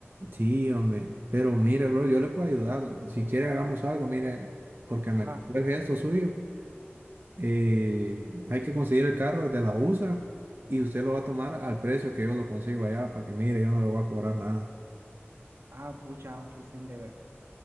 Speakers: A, on the right; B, on the right.
A: Sí, hombre, pero mire, bro, yo le puedo ayudar. Si quiere, hagamos algo, mire, porque
B: Ajá.
A: me gustó el gesto suyo. eh, hay que conseguir el carro desde la USA y usted lo va a tomar al precio que yo lo consigo allá, para que mire, yo no le voy a cobrar nada.
B: Ah, pucha, Cristian, de verdad.